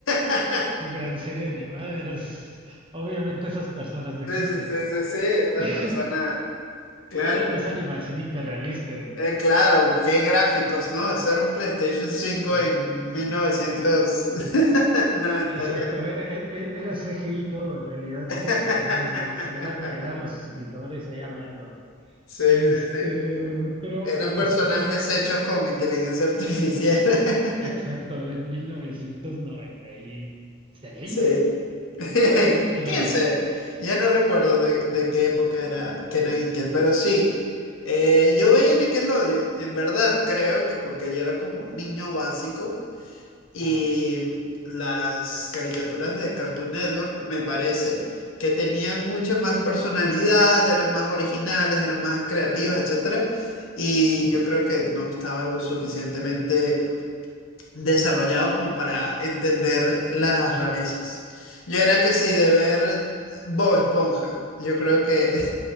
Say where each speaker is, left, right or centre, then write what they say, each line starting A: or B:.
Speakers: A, on the left (about 75°); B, on the right (about 25°).
A: <laughs>
B: qué gran serie animada. <laughs> es- Obviamente esas personas no existen.
A: Sí, sí, sí, sí, sí, esa
B: <laughs>
A: persona, claro,
B: Son- Es animación hiperrealista.
A: Eh, claro, qué gráficos, ¿no? Eso era un PlayStation 5
B: eh,
A: en 1990.
B: era- Exacto,
A: ya.
B: e- e- e- era CGI todo, en realidad
A: <laughs>
B: esas personas no s- eran, eran los escritores ahí hablando.
A: Sí,
B: Este,
A: sí, sí,
B: pero,
A: eran
B: pero
A: personajes
B: sí,
A: hechos con inteligencia artificial. <laughs>
B: exacto, en 1996.
A: Sí. <laughs>
B: ¿Tú qué veías en Nickelodeon?
A: 15. Ya no recuerdo de, de qué época era que era Nickel, pero sí. eh, yo veía Nickelodeon, en verdad, creo que porque yo era como un niño básico y
B: Ajá.
A: las caricaturas de Cartoon Network me parece que tenían mucha más personalidad, eran más originales, eran más creativos, etcétera. Y yo creo que no estaba lo suficientemente desarrollado como para entender las rarezas. Yo era que sí, de ver Bob Esponja. Yo creo que...